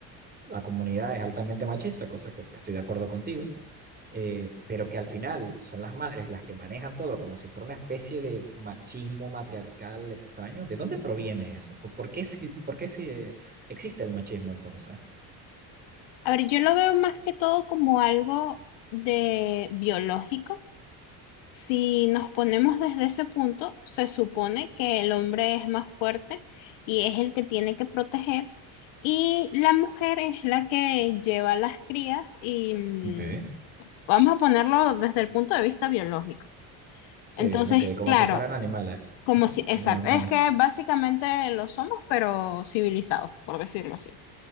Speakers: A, on the right; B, on the left.
A: la comunidad es altamente machista, cosa que estoy de acuerdo contigo, eh, pero que al final son las madres las que manejan todo como si fuera una especie de machismo matriarcal extraño. ¿De dónde proviene eso? ¿Por, por qué, si, por qué si, eh, existe el machismo entonces?
B: A ver, yo lo veo más que todo como algo de biológico. Si nos ponemos desde ese punto, se supone que el hombre es más fuerte y es el que tiene que proteger y la mujer es la que lleva las crías y mm,
A: Ok,
B: vamos a ponerlo desde el punto de vista biológico.
A: Sí,
B: Entonces,
A: ok, como
B: claro,
A: si fueran animales,
B: Como
A: ¿no?
B: si, exacto,
A: Lo normal.
B: es que básicamente lo somos, pero civilizados, por decirlo así.